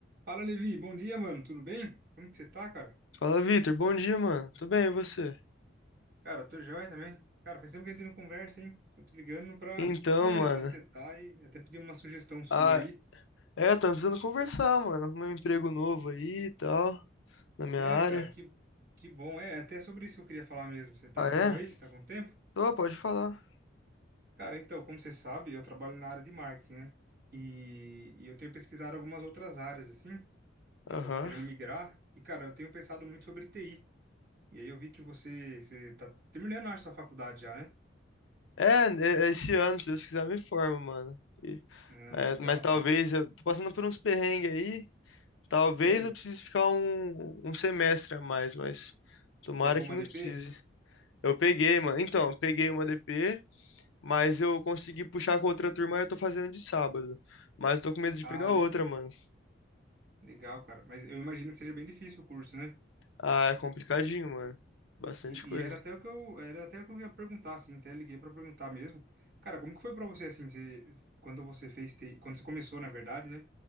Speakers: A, on the right; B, on the left.
A: Fala, Levi. Bom dia, mano. Tudo bem? Como que você tá, cara?
B: Fala, Vitor. Bom dia, mano. Tudo bem, e você?
A: Cara, eu tô joia também. Cara, faz tempo que a gente não conversa, hein? Tô te ligando pra,
B: Então,
A: pra saber
B: mano.
A: mesmo como que você tá e até pedir uma sugestão sua
B: Ah,
A: aí.
B: é, tá precisando conversar, mano. Meu emprego novo aí e tal, na minha
A: Sério,
B: área.
A: cara, que, que bom. É, até sobre isso que eu queria falar mesmo. Você tá
B: Ah,
A: de
B: é?
A: boa aí? Você tá com tempo?
B: Tô, pode falar.
A: Cara, então, como você sabe, eu trabalho na área de marketing, né? E, e eu tenho pesquisado algumas outras áreas, assim, que
B: Aham.
A: eu tô querendo migrar. E, cara, eu tenho pensado muito sobre TI. E aí eu vi que você, você tá terminando a sua faculdade já, né?
B: É, é, é esse ano, se Deus quiser, me forma, mano. E-
A: Não,
B: é,
A: legal,
B: mas talvez
A: cara.
B: eu tô passando por uns perrengues aí. Talvez
A: Sério?
B: eu precise ficar um, um semestre a mais, mas tomara
A: Pegou
B: que
A: uma
B: não
A: DP?
B: precise. Eu peguei, mano. Então, eu peguei uma DP. Mas eu consegui puxar com outra turma e eu tô fazendo de sábado. Mas tô com medo de
A: Ah,
B: pegar
A: legal.
B: outra, mano.
A: Legal, cara. Mas eu imagino que seja bem difícil o curso, né?
B: Ah, é complicadinho, mano. Bastante
A: E,
B: coisa.
A: e era até o que eu, era até o que eu ia perguntar, assim, até liguei pra perguntar mesmo. Cara, como que foi pra você, assim, você- quando você fez TI, quando você começou, na verdade, né?